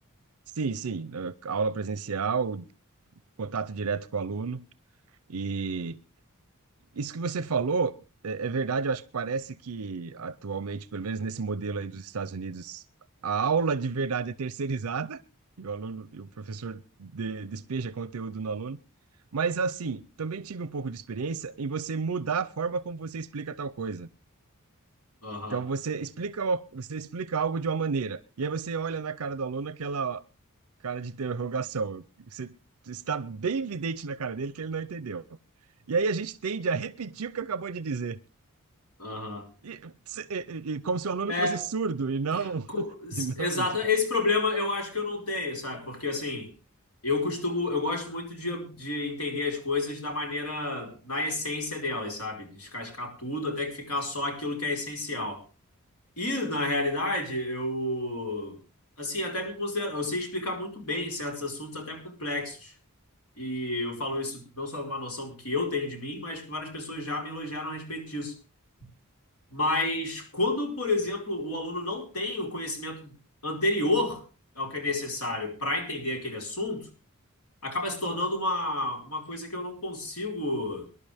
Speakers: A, on the right; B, on the left.
A: Sim, sim. eh, Aula presencial, contato direto com o aluno. E isso que você falou é, é verdade. Eu acho que parece que, atualmente, pelo menos nesse modelo aí dos Estados Unidos, a aula de verdade é terceirizada. E o aluno, e o professor de- despeja conteúdo no aluno. Mas, assim, também tive um pouco de experiência em você mudar a forma como você explica tal coisa.
B: Aham,
A: Então você explica, você explica algo de uma maneira, e aí você olha na cara do aluno aquela cara de interrogação. Você está bem evidente na cara dele que ele não entendeu. E aí a gente tende a repetir o que acabou de dizer.
B: aham.
A: E, se- e- e- e como se o aluno
B: É,
A: fosse surdo e não,
B: Co-
A: <laughs> e não,
B: Exato,
A: e-
B: esse problema eu acho que eu não tenho, sabe? Porque assim, eu costumo, eu gosto muito de, de entender as coisas da maneira, na essência delas, sabe? Descascar tudo até que ficar só aquilo que é essencial. E na realidade, eu, assim, até me considero, eu sei explicar muito bem certos assuntos até complexos. E eu falo isso não só numa noção que eu tenho de mim, mas que várias pessoas já me elogiaram a respeito disso. Mas quando, por exemplo, o aluno não tem o conhecimento anterior ao que é necessário para entender aquele assunto, acaba se tornando uma, uma coisa que eu não consigo